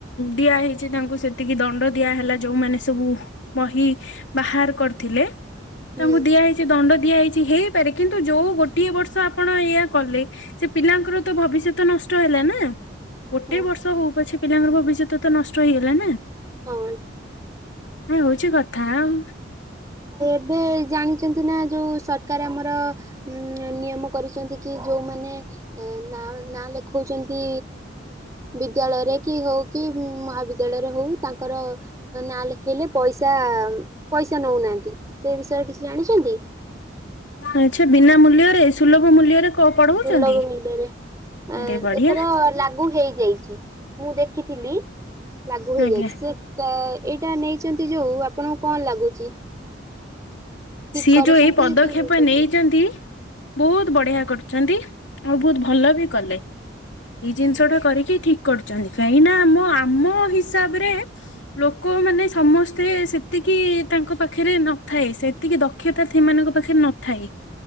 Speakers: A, on the left (about 75°); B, on the right (about 20°).
A: ଦିଆ ହେଇଚି ତାଙ୍କୁ ସେତିକି ଦଣ୍ଡ ଦିଆହେଲା ଯୋଉମାନେ ସବୁ ବହି ବାହାର କରିଥିଲେ ତାଙ୍କୁ
B: ହୁଁ
A: ଦିଆହଇଚି ଦଣ୍ଡ ଦିଆ ହେଇଚି ହେଇପାରେ କିନ୍ତୁ ଯୋଉ ଗୋଟିଏ ବର୍ଷ ଆପଣ ଏଇଆ କଲେ ସେ ପିଲାଙ୍କର ତ ଭବିଷ୍ୟତ ନଷ୍ଟ ହେଲା ନା, ଗୋଟେ
B: ହୁଁ।
A: ବର୍ଷ ହଉ ପଛେ ପିଲାଙ୍କର ଭବିଷ୍ୟତ ତ ନଷ୍ଟ ହେଇଗଲା ନା।
B: ହଁ।
A: ଏହା ହଉଚି କଥା ଆଁ।
B: ଏବେ ଜାଣିଛନ୍ତି ନା ଯୋଉ ସରକାର ଆମର ଉଁ ନିୟମ କରିଛନ୍ତି କି ଯୋଉମାନେ ଏ ନା ନାଁ ଲେଖଉଛନ୍ତି ବିଦ୍ୟାଳୟରେ କି ହଉ କି ମହାବିଦ୍ୟାଳୟରେ ହଉ ତାଙ୍କର ନା ଲେଖଇଲେ ପଇସା ପଇସା ନଉନାହାଁନ୍ତି। ସେ ବିଷୟରେ କିଛି ଜାଣିଛନ୍ତି?
A: ଆଛା ବିନା ମୂଲ୍ୟରେ ସୁଲଭ ମୂଲ୍ୟରେ କ ପଢଉଛନ୍ତି
B: ସୁଲଭ ମୂଲ୍ୟରେ‌ ଏଁ
A: ଆରେ ବଢିଆ
B: ଏଥର ଲାଗୁ ହେଇଯାଇଛି। ମୁଁ ଦେଖିଥିଲି ଲାଗୁ ହେଇଯାଇଛି
A: ଆଜ୍ଞା
B: ସେ ଟା ଏଇଟା ନେଇଛନ୍ତି ଯୋଉ ଆପଣଙ୍କୁ କଣ ଲାଗୁଛି? ଠିକ
A: ସିଏ
B: କରିଛନ୍ତି
A: ଯୋଉ ଏଇ ପଦକ୍ଷେପ
B: କି ଭୁଲ କରିଛନ୍ତି?
A: ନେଇଚନ୍ତି ବହୁତ ବଢିଆ କରୁଛନ୍ତି, ଆଉ ବହୁତ ଭଲ ବି କଲେ। ଏଇ ଜିନିଷ
B: ଆଜ୍ଞା।
A: ଟା କରିକି ଠିକ କରିଛନ୍ତି କାହିଁକିନା ଆମ ଆମ ହିସାବରେ ଲୋକମାନେ ସମସ୍ତେ ସେତିକି ତାଙ୍କ ପାଖରେ ନଥାଏ ସେ ତିକି ଦକ୍ଷତା ସେମାନଙ୍କ ପାଖରେ ନଥାଏ।